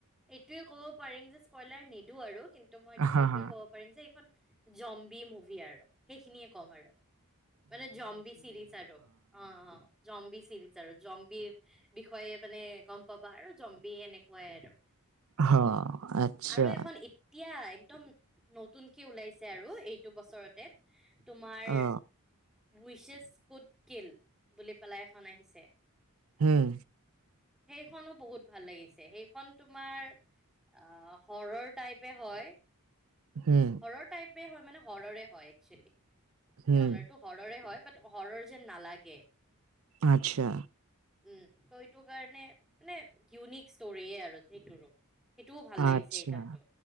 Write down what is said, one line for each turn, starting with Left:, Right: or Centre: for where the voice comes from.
Centre: এইটোয়ে ক'ব পাৰিম যে স্প্ৰইলাৰ নিদো আৰু। কিন্তু মই তোমাৰ
Right: হা
Centre: এইটোয়ে
Right: হা
Centre: ক'ব পাৰিম যে এইখন জম্বি মুভি আৰু সেইখিনিয়ে কম আৰু। মানে জম্বি চিৰিজ আৰু আৰুো অ' অ' জম্বি চিৰিজ। যাৰ জম্বিৰ বিষয়ে মানে, গম পাবা আৰু জম্বি এনেকুৱাই আৰু।
Right: হা আচ্ছা
Centre: আৰু এখন এতিয়াই একদম নতুনকে ওলাইছে আৰু এইটো বছৰতে। তোমাৰ
Right: অ
Centre: উইছেছ কৈড কিল বুলি পেলাই এখন আহিছে।
Right: হুম।
Centre: সেইখনো বহুত ভাল লাগিছে। সেইখন তোমাৰ অ' হৰৰ টাইপে হয়,
Right: হুম
Centre: হৰৰ টাইপে হয়, মানে হৰৰে হয় একচুৱেলি।
Right: হুম
Centre: জনাৰটো হৰৰে হয়। বাট হৰৰ যেন নালাগে।
Right: আচ্ছা।
Centre: উম ত এইটো কাৰণে, মানে ইউনিক ষ্টৰিয়ে আৰু সেইটোৰো। সেইটোও ভাল লাগিছে
Right: আচ্ছা
Centre: এই গানটো